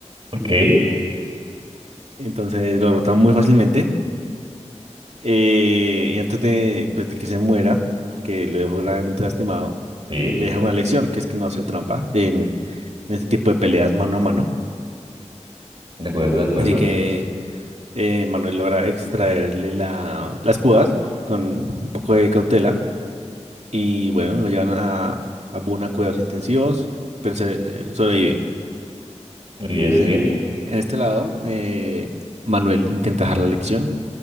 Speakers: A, on the right (about 45°); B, on the right (about 65°).
A: ok,
B: Entonces lo rota muy fácilmente. eh, y antes de, pues, de que se muera, porque lo dejó gravemente lastimado,
A: sí,
B: le deja una lección, que es que no hacer trampa en, en este tipo de peleas mano a mano.
A: de acuerdo, de acuerdo.
B: Así que eh, Manuel logra extraerle la, las púas con un poco de cautela Y bueno, lo llevan a, a Boone cuidados intensivos, pero se, eh, sobrevive.
A: Muy bien,
B: Entonces,
A: muy bien.
B: en, en este lado, eh, Manuel intenta dejar la lección